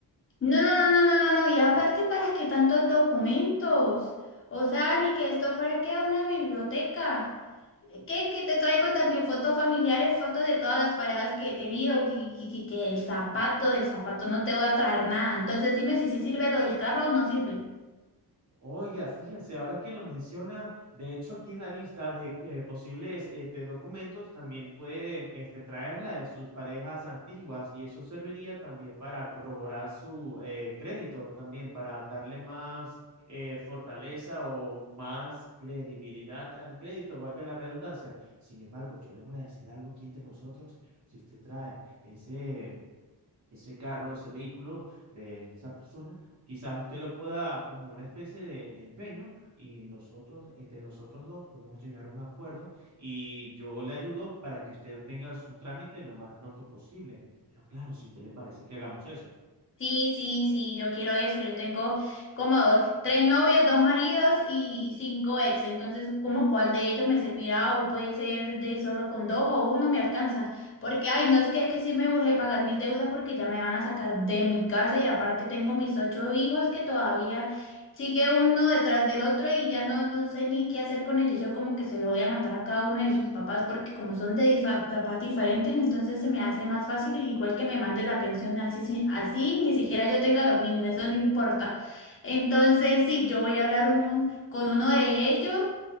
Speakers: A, on the left; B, on the right.
A: No, no, no, no, no, no, no. Y aparte, ¿para qué tantos documentos? O sea, ni que esto fuera que una biblioteca. ¿Qué? Que te traigo también fotos familiares, fotos de todas las parejas que he tenido, que, que, que- que el zapato del zapato no te voy a traer nada. Entonces dime si sí sirve lo del carro o no sirve.
B: Oiga, fíjese, ahora que lo menciona, de hecho aquí en la lista de eh, posibles este, documentos también puede este, traer la de sus parejas antiguas y eso serviría también para corroborar su eh, crédito, también para darle más eh, fortaleza o más credibilidad al crédito, valga la redundancia. Sin embargo, yo le voy a decir algo aquí entre nosotros, si usted trae ese ese carro, ese vehículo de esa persona, quizás usted lo pueda como una especie de empeño y nosotros, entre nosotros dos, podemos llegar a un acuerdo y yo le ayudo para que usted tenga su trámite lo más pronto posible. Pero claro, si a usted le parece que hagamos eso.
A: Sí, sí, sí, yo quiero eso. Yo tengo como dos- tres novios, dos maridos y, y cinco ex. Entonces, ¿cómo cuál de ellos me servirá? O puede ser de solo con dos o uno me alcanza. Porque, ay, no es que, que sí me urge pagar mis deudas porque ya me van a sacar de mi casa y aparte tengo mis ocho hijos que todavía Sigue uno detrás del otro y ya no, no sé ni qué hacer con ellos. Yo como que se lo voy a mandar a cada uno de sus papás porque como son de difa- papás diferentes, entonces se me hace más fácil, igual que me mande la pensión así, sin- así ni siquiera yo tenga los niños, eso no importa. Entonces, sí, yo voy a hablar uno, con uno de ellos